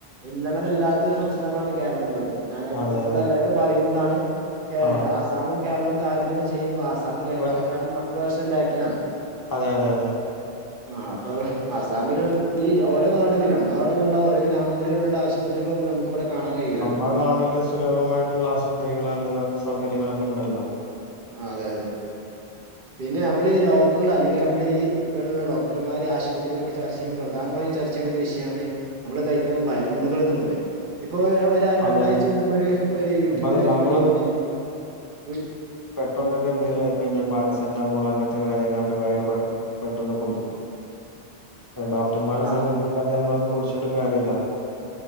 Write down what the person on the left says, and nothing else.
അതെ
അതെ
ആ
വ-
അതെ അതെ അതെ
അതണല്ലെസ് സുലഭമായിട്ടുള്ള ആശുപത്രികളോ എല്ലാം സൗകര്യങ്ങളൊക്കെണ്ടല്ലോ.
അതെ
അപ്പ അത്
നമ്മള്
പ്പമ്മക്കെന്തെലും <unintelligible> പാരസ ട്ടമോള അങ്ങൻത്തെ കാര്യങ്ങളൊക്കെ വേഗം പെ പെട്ടന്ന് കുടിക്കും എഹ് ഡോ ട്ടന്മാരെ
സമീപിക്കാതെ നമ്മള് അത് കുടിച്ചിട്ടും കാര്യല്ല.